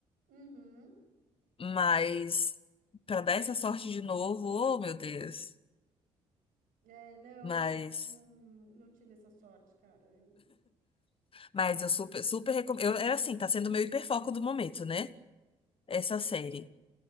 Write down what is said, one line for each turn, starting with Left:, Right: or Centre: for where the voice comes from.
Right: Uhum.
Left: Mas pra dar essa sorte de novo, oh meu Deus.
Right: É, não,
Left: Mas,
Right: eu não, não tive essa sorte, cara. Eu...
Left: mas eu super, super recomendo. Eu, é assim, tá sendo o meu hiperfoco do momento, né? Essa série.